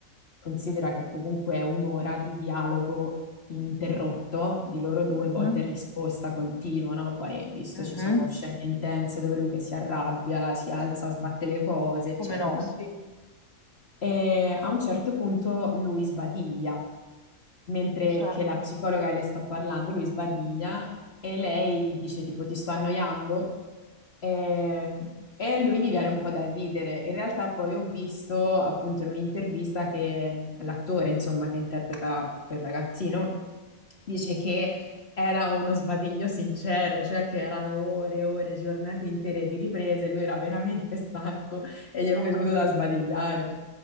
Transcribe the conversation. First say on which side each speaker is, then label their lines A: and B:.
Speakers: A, on the left (about 45°); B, on the left (about 20°).
A: considera che comunque è un'ora di dialogo ininterrotto di loro due,
B: mhm,
A: botta e risposta continua, no? Poi, visto
B: mhm.
A: ci sono scene intense dove lui che si arrabbia, si alza, sbatte le cose, eccetera.
B: Come no, sì,
A: E a un certo punto lui sbadiglia, mentre
B: certo,
A: che la psicologa le sta parlando, lui sbadiglia e lei gli dice tipo ti sto annoiando e, e a lui gli viene un po' da ridere. In realtà poi ho visto appunto in un'intervista che l'attore, insomma, che interpreta quel ragazzino, dice che era uno sbadiglio sincero, cioè che erano ore e ore, giornate intere di riprese, lui era veramente stanco e gli è
B: ho
A: venuto
B: capito.
A: da sbadigliare.